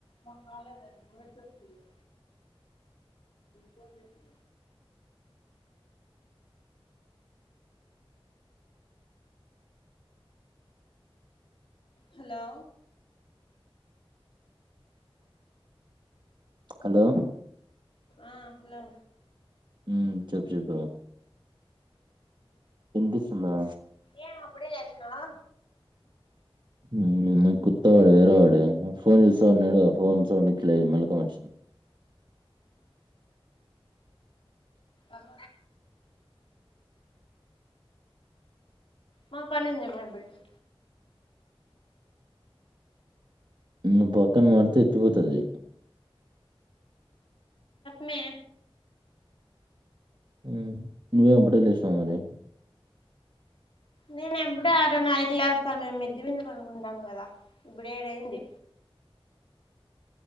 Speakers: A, on the left (about 60°); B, on the right (about 50°).
A: మాకు రాలేదండి ఎవరు చెప్పారు ఫోన్ చేతం హలో
B: హలో
A: ఆ హలో
B: హ్మ్ చెప్పు చెప్పు వినిపిస్తుందా
A: ఏం అప్పుడే చెసినావా
B: హ్మ్ కొత్తవాడు వేరే వాడు ఫోన్ చేస్తా ఫోన్ సౌండ్‌కి లే మెలకువ వచ్చింది
A: అబ మా పన్నందమా ఇప్పుడు
B: నువు పక్కన మడితే ఎత్తిపోతది
A: మే
B: హ్మ్ నువ్వేం అప్పుడే లేచినావు మరి
A: నేను ఎప్పుడు అరున్నరకి లేస్తాం మెమ్ మిద్దె మీద పడుకు ఉన్నాం కదా ఇప్పుడు ఏడైంది